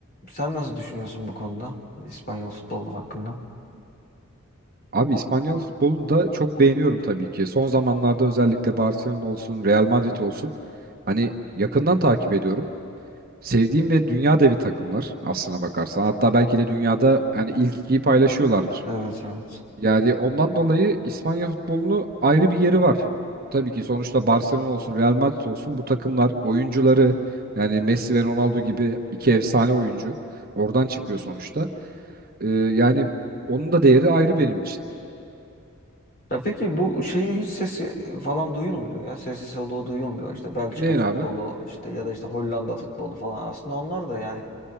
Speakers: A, on the left; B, on the right.
A: sen nasıl düşünüyorsun bu konuda? Hani İspanyol futbolu hakkında?
B: Abi İspanyol futbolunu da çok beğeniyorum tabii ki. Son zamanlarda özellikle Barcelona olsun, Real Madrid olsun. Hani yakından takip ediyorum. Sevdiğim ve dünya devi takımlar aslına bakarsan. Hatta belki de dünyada hani ilk ikiyi paylaşıyorlardır.
A: Evet evet.
B: Yani ondan dolayı İspanya futbolunu ayrı bir yeri var. Tabii ki sonuçta Barcelona olsun, Real Madrid olsun bu takımlar oyuncuları yani Messi ve Ronaldo gibi iki efsane oyuncu oradan çıkıyor sonuçta. Ee, yani onun da değeri ayrı benim için.
A: Ya peki bu şeyin hiç sesi e, falan duyulmuyor ya. Sesi soluğu duyulmuyor. İşte Belçika
B: Neyin
A: futbolu
B: abi?
A: işte ya da işte Hollanda futbolu falan. Aslında onlar da yani